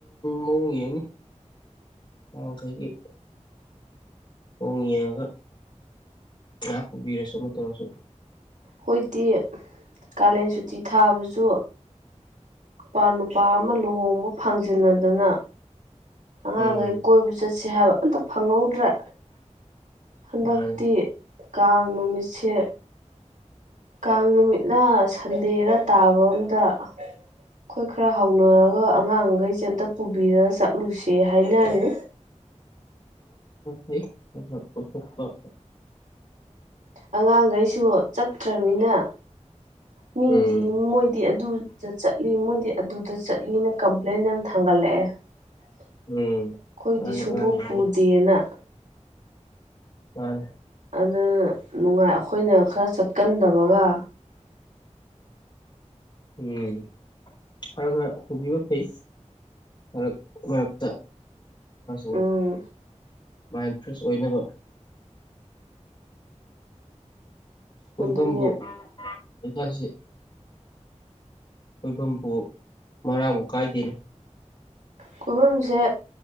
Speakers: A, on the left (about 40°); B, on the right (about 80°).
A: ꯃꯅꯤ ꯑꯣꯈꯒꯤ ꯍꯣꯡ ꯌꯦꯡꯉꯒ ꯉꯥꯏꯍꯥꯛ ꯄꯨꯕꯤꯔꯁꯨ ꯑꯃ ꯇꯧꯔꯁꯨ
B: ꯑꯩꯣꯏꯗꯤ ꯀꯥꯂꯦꯟ ꯁꯨꯇꯤ ꯊꯥꯕꯁꯨ ꯅꯨꯄꯥ ꯅꯨꯄꯥ ꯑꯃ ꯂꯨꯍꯣꯡꯕ ꯐꯪꯖꯤꯟꯅꯗꯅ ꯑꯉꯥꯡꯈꯩ
A: ꯎꯝ
B: ꯀꯣꯏꯕ ꯆꯠꯁ ꯍꯥꯏꯕ ꯑꯝꯇ ꯐꯪꯍꯧꯗ꯭ꯔꯥ ꯍꯟꯗꯛꯇꯤ
A: ꯃꯥꯅꯤ
B: ꯀꯥꯡ ꯅꯨꯃꯤꯠꯁꯦ ꯀꯥꯡ ꯅꯨꯃꯤꯠ ꯅ ꯁꯟꯗꯦꯔ ꯇꯥꯕ ꯑꯝꯗ ꯑꯩꯈꯣꯏ ꯈꯔ ꯍꯧꯅꯔꯒ ꯑꯉꯥꯡ ꯩꯁꯦ ꯑꯝꯇ ꯄꯨꯕꯤꯔ ꯆꯠꯂꯨꯁꯦ ꯍꯥꯏꯅꯔꯦ
A: ꯄ ꯊ ꯄꯊꯛꯇ
B: ꯑꯉꯥꯡꯈꯩꯁꯨ ꯆꯠꯇ꯭ꯔꯃꯤꯅ ꯃꯤꯗꯤ
A: ꯎꯝ
B: ꯃꯣꯏꯗꯤ ꯑꯗꯨꯗ ꯆꯠꯂꯤ ꯃꯣꯏꯗꯤ ꯑꯗꯨꯗ ꯆꯠꯂꯤꯅ ꯀꯝꯄ꯭ꯂꯦꯟ ꯌꯥꯝ ꯊꯥꯡꯒꯠꯂꯛꯑꯦ ꯑꯩꯈꯣꯏꯗꯤ
A: ꯎꯝ ꯃꯥꯅꯤ
B: ꯁꯨꯡꯄꯨ
A: ꯑꯉꯥꯡ
B: ꯄꯨꯗꯦꯅ
A: ꯃꯥꯅꯦ
B: ꯑꯗꯨ ꯅꯨꯡꯉꯥꯏ ꯑꯩꯈꯣꯏꯅ ꯈꯔ ꯆꯠꯀꯟꯗꯕꯒ
A: ꯎꯝ ꯈꯔ ꯈꯔ ꯍꯨꯕꯤꯕ ꯐꯩ ꯃꯔꯛ ꯃꯔꯛꯇ ꯁꯤꯡ
B: ꯎꯝ
A: ꯃꯥꯏꯟ ꯐ꯭ꯔꯦꯁ ꯑꯣꯏꯅꯕ ꯀꯣꯏꯐꯝꯕꯨ
B: ꯑꯗꯨꯅꯦ
A: ꯂꯩꯀꯥꯛꯁꯤ ꯑꯣꯏꯣꯏꯐꯝꯕꯨ ꯃꯔꯥꯡꯕꯨ ꯀꯥꯏꯗꯦꯅꯤ
B: ꯈꯨꯕꯝꯁꯦ